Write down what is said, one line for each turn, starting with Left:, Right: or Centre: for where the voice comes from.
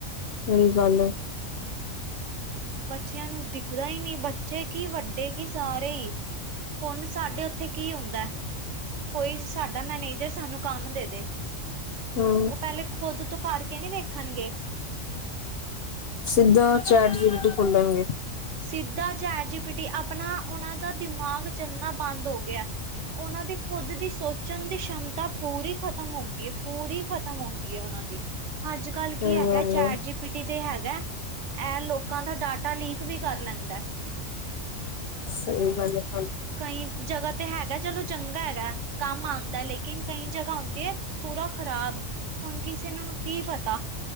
Left: ਸਹੀ ਗੱਲ ਐ।
Right: ਬੱਚਿਆਂ ਨੂੰ ਦਿਖਦਾ ਈ ਨੀ, ਬੱਚੇ ਕੀ ਵੱਡੇ ਕੀ ਸਾਰੇ ਈ ਹੁਣ ਸਾਡੇ ਉੱਥੇ ਕੀ ਹੁੰਦਾਂ ਏ ਕੋਈ ਸਾਡਾ ਮੈਨੇਜਰ ਸਾਨੂੰ ਕੰਮ ਦੇ-ਦੇ।
Left: ਹਮ
Right: ਉਹ ਪਹਿਲੇ ਖੁਦ ਤੋਂ ਕਰਕੇ ਨਹੀਂ ਵੇਖਣਗੇ।
Left: ਸਿੱਧਾ ਚੈਟ ਜੀ ਪੀ ਟੀ ਖੋਲਣਗੇ।
Right: ਸਿੱਧਾ ਚੈਟ ਜੀ ਪਿੱਟੀ ਆਪਣਾ ਉਹਨਾਂ ਦਾ ਦਿਮਾਗ ਚੱਲਣਾ ਬੰਦ ਹੋ ਗਿਆ। ਉਹਨਾਂ ਦੀ ਖੁਦ ਦੀ ਸੋਚਣ ਦੀ ਸਮਤਾ ਪੂਰੀ ਖਤਮ ਹੋ ਗਈ ਹੈ, ਪੂਰੀ ਖਤਮ ਹੋ ਗਈ ਹੈ ਉਹਨਾਂ ਦੀ। ਅੱਜ-ਕੱਲ
Left: ਸਹੀ
Right: ਕੀ ਹੈਗਾ
Left: ਗੱਲ
Right: ਚੈਟ
Left: ਹੈ
Right: ਜੀ ਪੀ ਟੀ ਤੇ ਹੈਗਾ। ਐ ਲੋਕਾਂ ਦਾ ਡਾਟਾ ਲੀਕ ਵੀ ਕਰ ਲੈਂਦਾ ਏ।
Left: ਸਹੀ ਗੱਲ ਏ ਹਾਂਜੀ।
Right: ਕਈ ਜਗ੍ਹਾ ਤੇ ਹੈਗਾ। ਚਲੋ ਚੰਗਾ ਹੈਗਾ ਕੰਮ ਆਉਂਦਾ ਲੇਕਿਨ ਕਈ ਜਗ੍ਹਾ ਆਉਂਦੀ ਏ ਪੂਰਾ ਖ਼ਰਾਬ। ਹੁਣ ਕਿਸੇ ਨੂੰ ਕੀ ਪਤਾ